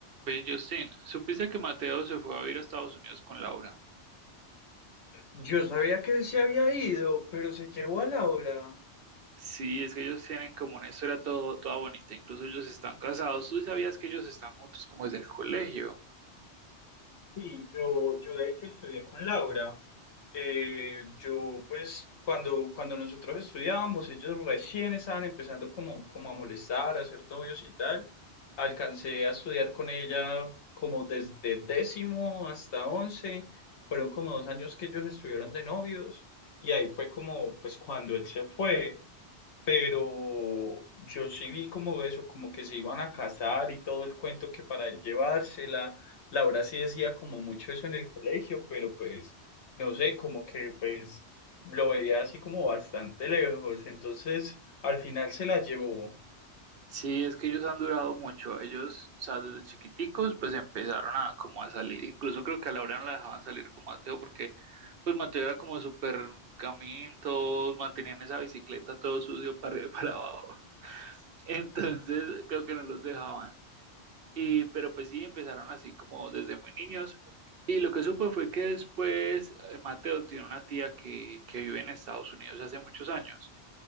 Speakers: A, on the right (about 60°); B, on the left (about 70°).
A: Ve, Justin, ¿supiste que Mateo se fue a vivir a Estados Unidos con Laura?
B: Yo sabía que él se había ido, pero se llevó a Laura.
A: Sí, es que ellos tienen como una historia todo, toda bonita, incluso ellos están casados. ¿Tú sabías que ellos están juntos como desde el colegio?
B: Sí, yo, yo de hecho estudié con Laura. Eh, yo pues cuando, cuando nosotros estudiábamos, ellos recién estaban empezando como, como a molestar, a ser novios y tal. Alcancé a estudiar con ella como desde décimo hasta once. Fueron como dos años que ellos estuvieron de novios y ahí fue como pues cuando él se fue. pero yo sí vi como eso, como que se iban a casar y todo el cuento que para él llevársela. Laura sí decía como mucho eso en el colegio, pero pues no sé, como que pues lo veía así como bastante lejos. Entonces al final se la llevó.
A: Sí, es que ellos han durado mucho. Ellos, o sea, desde chiquiticos, pues empezaron a como a salir. Incluso creo que a Laura no la dejaban salir con Mateo porque Pues Mateo era como súper gamín, todos mantenían esa bicicleta todo sucio para arriba y para abajo. <laughs> Entonces creo que no los dejaban. Y, pero pues sí, empezaron así como desde muy niños. Y lo que supe fue que después eh, Mateo tiene una tía que, que vive en Estados Unidos hace muchos años.